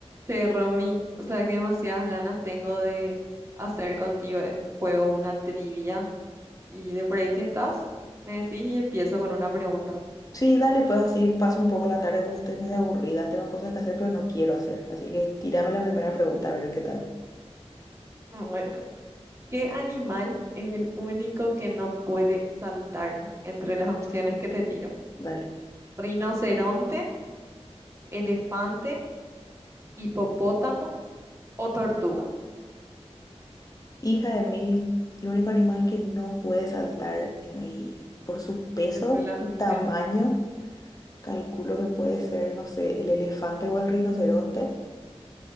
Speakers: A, on the right; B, on the left.
A: Che, Romy, o sea que demasiadas ganas tengo de hacer contigo eh, un juego, una trivia. Y de por ahí si estás, me decís y empiezo con una pregunta.
B: Sí, dale, pues así paso un poco la tarde porque estoy medio aburrida, tengo cosas que hacer pero no quiero hacer. Así que tírame la primera pregunta a ver qué tal.
A: <laughs> Bueno, ¿qué animal es el único que no puede saltar entre las opciones que te tiro?
B: Dale.
A: ¿Rinoceronte, elefante, hipopótamo o tortuga?
B: Hija de mil, el único animal que no puede saltar y por su peso,
A: Entre las
B: su
A: opciones,
B: tamaño, calculo que puede ser, no sé, el elefante o el rinoceronte.